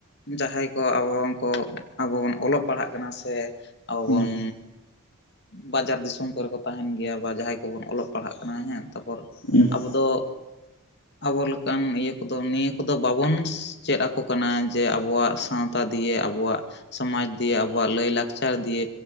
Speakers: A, on the left; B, on the left.
A: ᱡᱟᱦᱟᱸᱭ ᱠᱚ ᱟᱵᱚ ᱠᱚ ᱟᱵᱚ ᱵᱚᱱ ᱚᱞᱚᱜ ᱯᱟᱲᱦᱟᱜ ᱠᱟᱱᱟ ᱥᱮ ᱟᱵᱚ
B: ᱦᱩᱸ
A: ᱵᱚᱱᱼᱼ ᱵᱟᱡᱟᱨ ᱫᱤᱥᱚᱢ ᱠᱚᱨᱮ ᱠᱚ ᱛᱟᱦᱮᱱ ᱜᱮᱭᱟ ᱵᱟ ᱡᱟᱦᱟᱸᱭ ᱠᱚᱵᱚᱱ ᱚᱞᱚᱜ ᱯᱟᱲᱦᱟᱜ ᱠᱟᱱᱟ ᱦᱮᱸ ᱛᱟᱨᱯᱚᱨᱼᱼ
B: ᱩ, <inaudible>
A: ᱟᱵᱚ ᱫᱚ, ᱟᱵᱚ ᱞᱮᱠᱟᱱ ᱤᱭᱟᱹ ᱠᱚᱫᱚ ᱱᱤᱭᱟᱹ ᱠᱚᱫᱚ ᱵᱟᱵᱚᱱ ᱪᱮᱫ ᱟᱠᱚ ᱠᱟᱱᱟ ᱡᱮ ᱟᱵᱚᱣᱟᱜᱼᱼ ᱥᱟᱶᱛᱟ ᱫᱤᱭᱮ ᱟᱵᱚᱣᱟᱜ ᱥᱚᱢᱟᱡᱽ ᱫᱤᱭᱮ ᱟᱵᱚᱣᱟᱜ ᱞᱟᱹᱭ ᱞᱟᱠᱪᱟᱨ ᱫᱤᱭᱮᱼᱼ